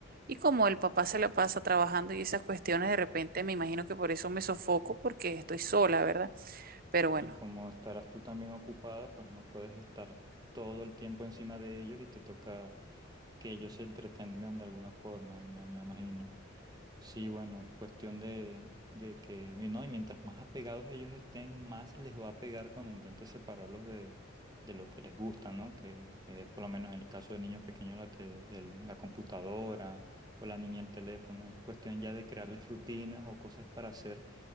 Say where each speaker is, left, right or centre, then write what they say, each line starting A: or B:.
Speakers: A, on the right; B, on the right.
A: Y como el papá se la pasa trabajando y esas cuestiones, de repente me imagino que por eso me sofoco, porque estoy sola, ¿verdad? Pero bueno,
B: Y como estarás tú también ocupada, pues no puedes estar todo el tiempo encima de ellos y te toca que ellos se entretengan de alguna forma, me, me imagino. Sí, bueno, es cuestión de, de que, y no, y mientras más apegados ellos estén, más les va a pegar cuando intentes separarlos de, de lo que les gusta, ¿no? Que es por lo menos en el caso del niño pequeño la, te- el- la computadora o la niña el teléfono. Es cuestión ya de crearles rutinas o cosas para hacer